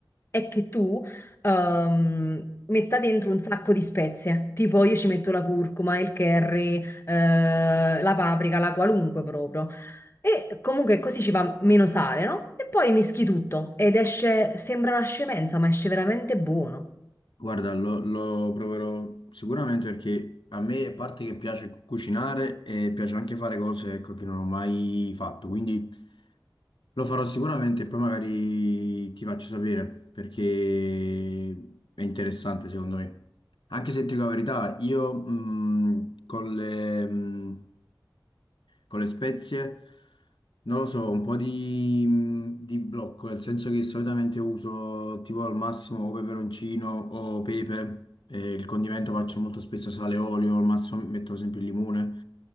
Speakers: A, on the left; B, on the left.
A: è che tu ehm, metta dentro un sacco di spezie, tipo io ci metto la curcuma, il curry, eh, la paprika, la qualunque proprio. E comunque così ci va meno sale, no? E poi mischi tutto ed esce, sembra una scemenza, ma esce veramente buono.
B: Guarda, lo, lo proverò sicuramente perché a me, a parte che piace cu- cucinare, e piace anche fare cose, ecco, che non ho mai fatto. Quindi. Lo farò sicuramente, e poi magari ti faccio sapere perché è interessante secondo me. Anche se ti dico la verità, io mh, con le, mh, con le spezie, non lo so, un po' di, di blocco, nel senso che solitamente uso tipo al massimo o peperoncino o pepe, e il condimento faccio molto spesso sale e olio, al massimo metto sempre il limone.